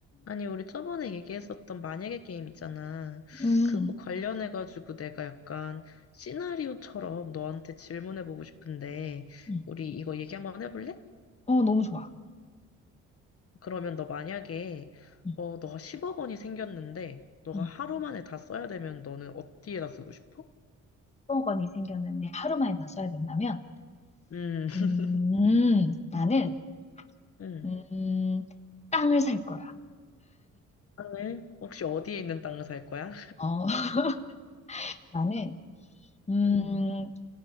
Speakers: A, on the left (about 50°); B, on the left (about 20°).
A: 아니, 우리 저번에 얘기했었던 만약에 게임 있잖아.
B: 음,
A: 그거 관련해가지고 내가 약간 시나리오처럼 너한테 질문해보고 싶은데,
B: 음.
A: 우리 이거 얘기 한번 해볼래?
B: 어, 너무 좋아.
A: 그러면 너 만약에,
B: 음,
A: 어, 너가 10억 원이 생겼는데, 너가
B: 음.
A: 하루 만에 다 써야 되면 너는 어디에다 쓰고 싶어?
B: 1억 원이 생겼는데 하루 만에 다 써야 된다면
A: 음, <laughs>
B: 음, 나는
A: 음.
B: 음, 땅을 살 거야.
A: 땅을? 혹시 어디에 있는 땅을 살 거야?
B: 어, <laughs> 나는 음,
A: 응,